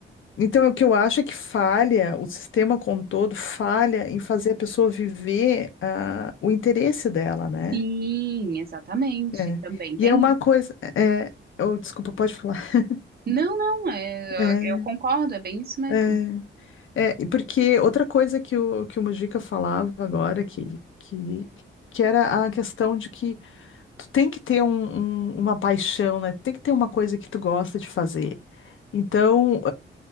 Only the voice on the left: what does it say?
Então, é o que eu acho é que falha, o sistema como um todo falha em fazer a pessoa viver ah, o interesse dela, né?
É.
E
é uma
coisa. É, é, oh, desculpa, pode falar. <laughs>
É,
é, é, e porque outra coisa que o, que o Mujica falava agora, que, que, que era a questão de que tu tem que ter um, um- uma paixão, né? Tem que ter uma coisa que tu gosta de fazer. Então,